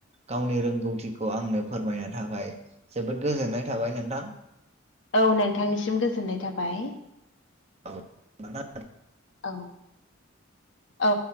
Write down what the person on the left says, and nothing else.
औ नोंथांनिसिम गोजोननाय थाबाय।
औ औ।